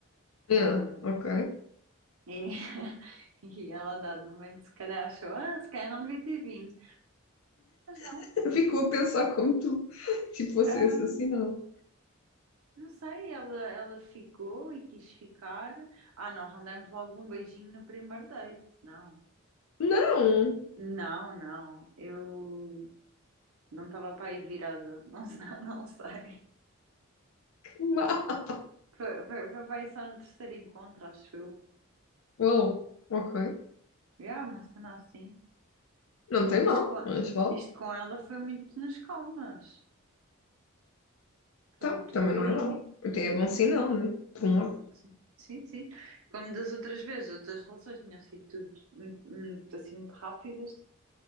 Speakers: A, on the left; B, on the right.
A: Yeah,
B: Ah,
A: ok.
B: e, <laughs> e ela, a dado momento, se calhar achou, ah, se calhar não devia ter vindo. Mas não,
A: <laughs> Ficou a pensar como tu, tipo, fosse
B: ah,
A: assassinado.
B: não sei, ela, ela ficou e quis ficar. Ah, nós não demos logo um beijinho no primeiro date, não.
A: Não!
B: Não, não. Eu não estava para aí virada. Não, sei- <laughs> não sei.
A: Que mal!
B: Foi, foi, foi para aí só no terceiro encontro, acho eu.
A: Uau, ok.
B: Yeah, uma cena assim.
A: Não tem
B: Isto
A: mal,
B: com,
A: mas vale.
B: isto com ela foi muito nas calmas. Foi
A: Tá,
B: muito
A: também
B: devagarinho.
A: não é mal. Até é bom sinal, né? Por um lado.
B: Sim, Sim, sim. Como das outras vezes, outras relações tinham sido tudo muito, muito, assim, muito rápidas.